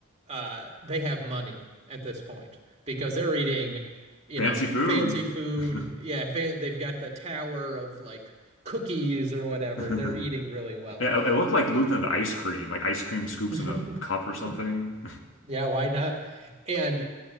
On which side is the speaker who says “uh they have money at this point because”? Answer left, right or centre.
Right